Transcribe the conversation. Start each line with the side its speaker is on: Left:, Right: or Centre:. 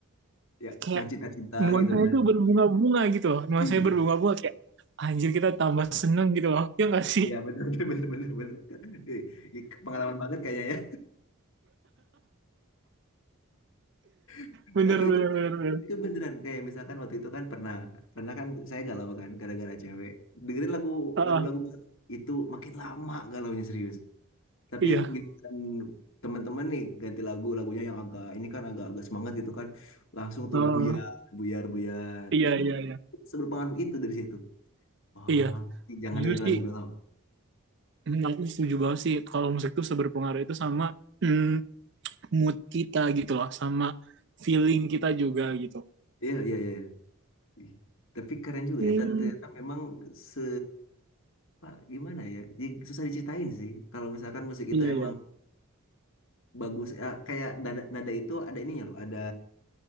Left: ya tentang
Right: kayak
Left: cinta-cinta
Right: nuansanya
Left: gitu kan
Right: itu berbunga-bunga gitu loh nuansanya
Left: Iya.
Right: berbunga-bunga kayak anjir kita tambah seneng gitu loh ya nggak sih
Left: Iya benar-benar benar-benar betul. Ih, ih, Pengalaman banget kayaknya ya. <laughs>
Right: bener
Left: Tapi
Right: bener
Left: tapi
Right: bener, bener.
Left: itu beneran kayak misalkan waktu itu kan pernah pernah kan saya galau kan gara-gara cewek. Dengerin lagu
Right: Uh,
Left: lagu-lagu galau itu makin lama galaunya serius. Tapi
Right: iya
Left: giliran teman-teman nih ganti lagu lagunya yang agak ini kan agak agak semangat gitu kan langsung tuh
Right: Oh,
Left: buyar buyar buyar.
Right: iya
Left: Oh
Right: iya iya.
Left: seberpengaruh itu dari situ. Oh
Right: Iya,
Left: jangan
Right: Jujur
Left: dengerin
Right: sih
Left: lagu galau.
Right: hmm, aku setuju banget sih kalau musik tuh seberpengaruh itu sama hmm, mood kita gitu loh, sama feeling kita juga gitu.
Left: Iya iya iya. iya. Ih, Tapi keren juga
Right: hmm,
Left: ya, ter- ternyata memang se apa gimana ya? Jadi susah diceritain sih. Kalau misalkan musik itu
Right: iya
Left: emang
Right: iya.
Left: bagus ya, kayak nada, nada itu ada ininya loh, ada